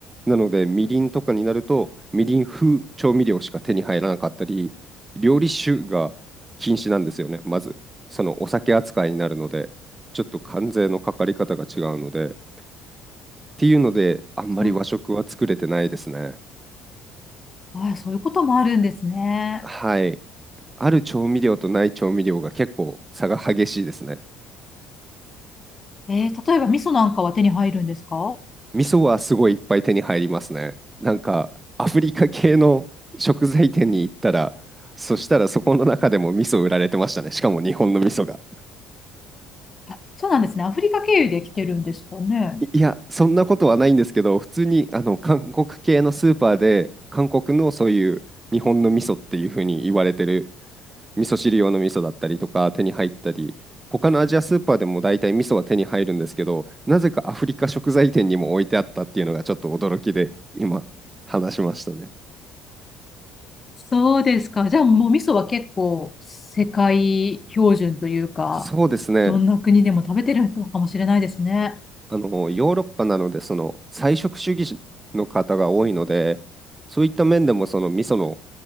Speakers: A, on the right; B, on the left.
A: なので、みりんとかになると、みりん風調味料しか手に入らなかったり、料理酒が禁止なんですよね、まず。そのお酒扱いになるので、ちょっと関税のかかり方が違うので、っていうので、あんまり和食は作れてないですね。
B: そういう、あ、そういうこともあるんですね。
A: はい。ある調味料とない調味料が結構差が激しいですね。
B: えー例えば味噌なんかは手に入るんですか
A: 味噌はすごいいっぱい手に入りますね。なんかアフリカ系の食材店に行ったら、そしたらそこの中でも味噌売られてましたね。しかも日本の味噌が。
B: あ、そうなんですね。アフリカ経由で来てるんですかね。
A: いいや、そんなことはないんですけど、普通にあの韓国系のスーパーで、韓国のそういう日本の味噌っていうふうに言われてる味噌汁用の味噌だったりとか手に入ったり、他のアジアスーパーでも大体味噌は手に入るんですけど、なぜかアフリカ食材店にも置いてあったっていうのがちょっと驚きで、今話しましたね。
B: そうですか。じゃあもう味噌は結構世界標準というか、
A: そうですね。
B: どんな国でも食べてるのかもしれないですね。
A: あの、ヨーロッパなので、その菜食主義の方が多いので、そういった面でもその味噌の、